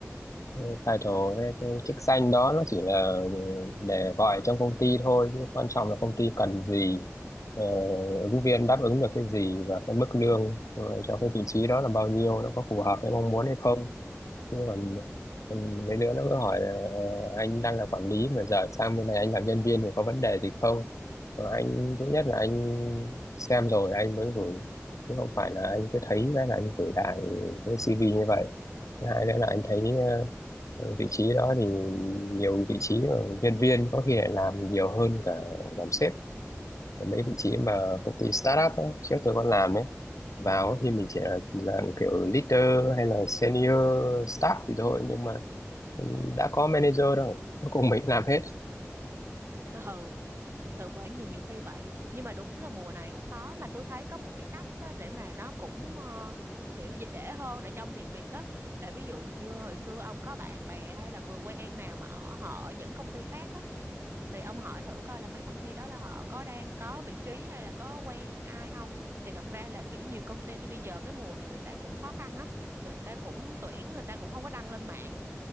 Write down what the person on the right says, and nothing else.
ừ ừ bởi vì nhiều khi vậy nhưng mà đúng là mùa này cũng khó mà tôi thấy có một cái cách á để mà nó cũng ờ, kiểu dễ hơn để cho ông tìm việc á là ví dụ như hồi xưa ông có bạn bè hay là người quen nào mà ở họ ở những công ty khác á thì ông hỏi thử coi là mấy công ty đó là họ có đang có vị trí hay là có quen ai không thì thật ra là kiểu nhiều công ty bây giờ cái mùa này người ta cũng khó khăn á người ta cũng tuyển người ta cũng không có đăng lên mạng